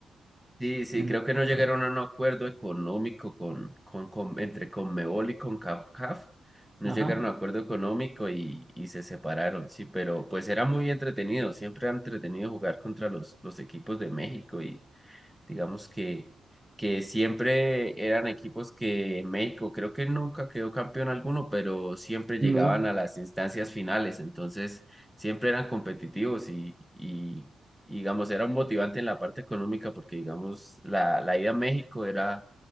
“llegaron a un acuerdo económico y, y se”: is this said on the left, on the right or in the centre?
Centre